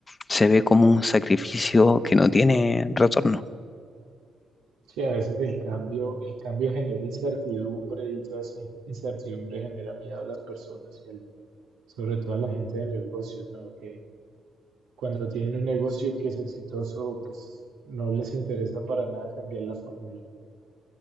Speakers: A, on the left; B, on the right.
A: se ve como un sacrificio que no tiene retorno,
B: Sí, a veces el cambio, el cambio genera incertidumbre y toda esa in- incertidumbre genera miedo a las personas y al- sobre todo a la gente de negocios, ¿no? Que cuando tienen un negocio que es exitoso, pues no les interesa para nada cambiar la fórmula.